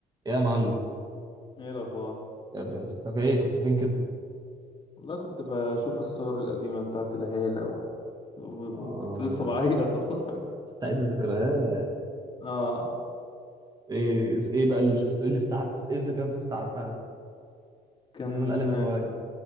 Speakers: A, on the right (about 25°); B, on the left (about 30°).
A: ايه يا معلم
B: ايه الاخبار
A: يا برنس انت ايه كنت فين كده
B: والله كنت بشوف الصور القديمه بتاعت العيله و... و-
A: آه
B: وكنت لسه بعيط والله <laughs>
A: استعيد الذكريات
B: اه
A: ايه ايه بقى اللي شفت ايه اللي استعدت ايه الذكريات اللي استعدتها يا اسطى
B: كان
A: انا القلب المواجع